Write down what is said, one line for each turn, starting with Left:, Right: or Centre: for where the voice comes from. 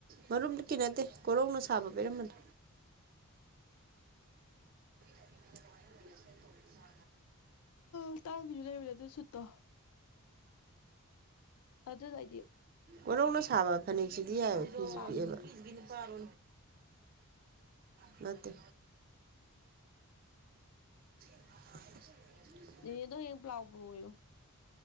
Right: ꯃꯔꯨꯝꯗꯨꯛꯀꯤ ꯅꯠꯇꯦ ꯀꯣꯔꯧꯅ ꯁꯥꯕ ꯄꯤꯔꯝꯕꯅꯣ <unintelligible>
Left: ꯎ ꯇꯥꯡꯒꯤꯁꯨ ꯂꯩꯕ꯭ꯔꯥ ꯑꯗꯨ ꯁꯨꯠꯇꯣ ꯑꯗꯨ ꯍꯥꯏꯗꯤ
Right: ꯋꯥꯔꯧꯅ ꯁꯥꯕ ꯐꯅꯦꯛꯁꯤꯗꯤ ꯌꯥꯏꯑꯕ ꯄꯤꯁꯤ
Left: ꯄꯥꯝꯃꯦ
Right: ꯄꯤꯛꯑꯦꯕ ꯅꯤ ꯄꯥꯔꯣ ꯄꯧꯠꯇ <unintelligible>
Left: ꯏꯅꯦꯗꯣ ꯍꯡ ꯄ꯭ꯂꯥꯎ ꯄꯨ꯭ꯔꯨ ꯑꯣꯏꯌꯨ